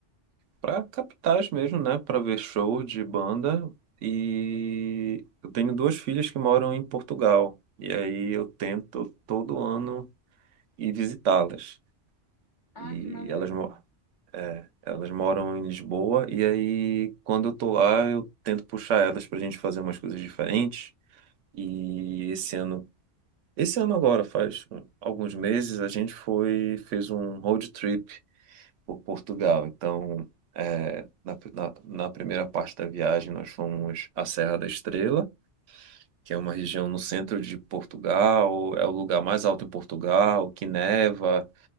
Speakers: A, on the right; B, on the left.
A: para capitais mesmo, né? Para ver show de banda. E eu tenho duas filhas que moram em Portugal. E aí eu tento todo ano ir visitá-las.
B: Ah,
A: E
B: que maneiro!
A: elas moram. É, elas moram em Lisboa e aí quando eu tô lá eu tento puxar elas pra gente fazer umas coisas diferentes. E esse ano, esse ano agora, faz um- alguns meses, a gente foi, fez um road trip por Portugal. Então, é, na, na, na primeira parte da viagem nós fomos à Serra da Estrela que é uma região no centro de Portugal, é o lugar mais alto em Portugal, que neva